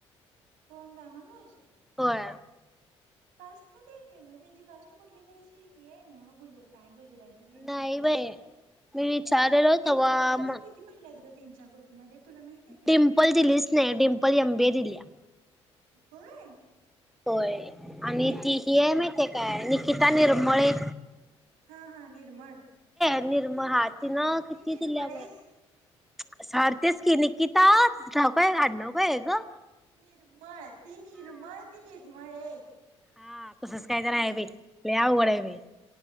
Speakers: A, on the right; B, in the centre.
A: कोण रामानूज
B: होय
A: कास्टमध्ये येतय ना त्यांची कास्ट कुठली तर अशी हे आहे ना गुजर काय गुजर? डिंपल
B: नाही बाई
A: सारकी.
B: मी विचारलेलो
A: डिंपल
B: तेव्हा
A: तिनं
B: म
A: किती पडल्यात ग तिला तीनच्या ग्रुपमध्ये तुला माहित आहे काय
B: डिम्पल दिलीच नाही. डम्पल एमबी दिलीया.
A: होय
B: होय आणि ती ही हाय मा ते काय निकिता निर्मळे.
A: हा हा निर्मळ
B: निर्मा हात ति न किती
A: मी निर्मळ
B: दिल्या बर
A: आहे
B: सार तेच कि किता तुझं नाव काय आहे? आडनाव काय आहे ग?
A: निर्मळ हाईत ती निर्मळ, मी निर्म मळे
B: हा तसंच काय तर आहे रे लई अवघड आहे बाई हे.